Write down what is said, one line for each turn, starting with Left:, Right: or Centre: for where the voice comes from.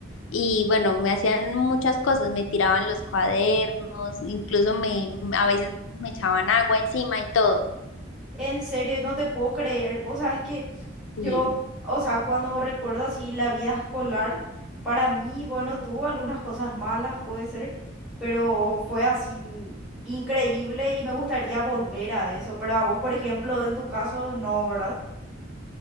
Left: Y bueno, me hacían muchas cosas, me tiraban los cuadernos, incluso me, a veces me echaban agua encima y todo.
Centre: En serio, no te puedo creer. Vos sabes que
Left: Sí.
Centre: yo, o sea, cuando recuerdo así la vida escolar, para mí, bueno, tuvo algunas cosas malas, puede ser, pero fue así increíble y me gustaría volver a eso. Pero a vos, por ejemplo, en tu caso, no, ¿verdad?